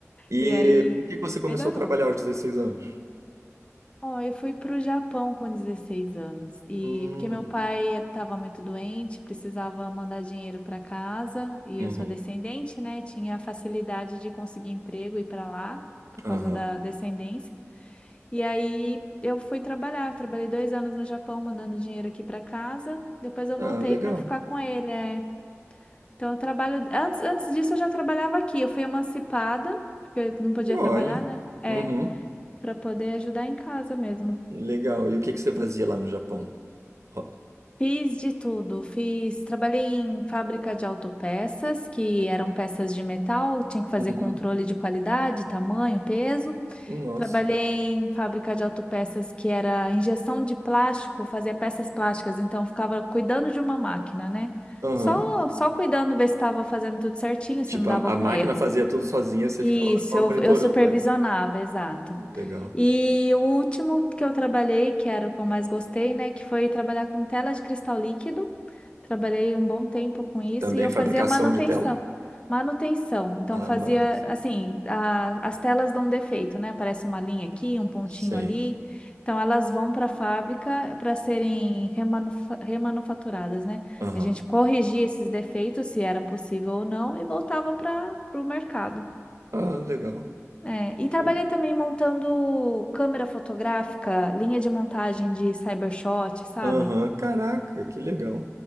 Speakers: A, on the right (about 75°); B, on the left (about 20°).
A: E
B: E aí,
A: com o que que você começou
B: melhorou.
A: a trabalhar aos dezesseis anos?
B: Ó, eu fui para o Japão com 16 anos. E
A: Hum.
B: porque meu pai estava muito doente, precisava mandar dinheiro para casa, e
A: Uhum.
B: eu sou descendente, né? Tinha a facilidade de conseguir emprego e ir para lá por causa
A: Aham.
B: da descendência. E aí eu fui trabalhar, trabalhei dois anos no Japão mandando dinheiro aqui para casa. Depois eu
A: Ah,
B: voltei
A: legal.
B: para ficar com ele. é. Então eu trabalho antes, antes disso eu já trabalhava aqui. Eu fui emancipada porque eu não podia
A: Olha.
B: trabalhar, né? É,
A: Uhum.
B: para poder ajudar em casa mesmo.
A: Legal. E o que que você fazia lá no Japão? Ro-
B: Fiz de tudo, fiz, trabalhei em fábrica de autopeças, que eram peças de metal, tinha que fazer
A: Uhum.
B: controle de qualidade, tamanho, peso.
A: Nossa.
B: Trabalhei em fábrica de autopeças que era injeção de plástico, fazia peças plásticas, então eu ficava cuidando de uma máquina, né?
A: Aham.
B: Só, só cuidando, ver se estava fazendo tudo certinho,
A: Tipo,
B: se não dava
A: a, a
B: algum
A: máquina
B: erro.
A: fazia tudo sozinha, você
B: Isso,
A: ficava lá só
B: eu,
A: monitorando
B: eu supervisionava,
A: ela.
B: exato.
A: Legal.
B: E o último que eu trabalhei, que era o que eu mais gostei, né, que foi trabalhar com tela de cristal líquido. Trabalhei um bom tempo com isso
A: Também
B: e eu
A: fabricação
B: fazia manutenção.
A: de tela.
B: Manutenção. Então
A: Ah,
B: fazia
A: manutenção.
B: assim, a- as telas dão defeito, né? Aparece uma linha aqui, um pontinho
A: Sim.
B: ali. Então elas vão para a fábrica para serem remanufa- remanufaturadas, né?
A: Aham.
B: A gente corrigia esses defeitos, se era possível ou não, e voltava para o mercado.
A: Ah, legal.
B: É, e trabalhei
A: Legal.
B: também montando câmera fotográfica, linha de montagem de cybershot, sabe?
A: Aham. Caraca, que legal.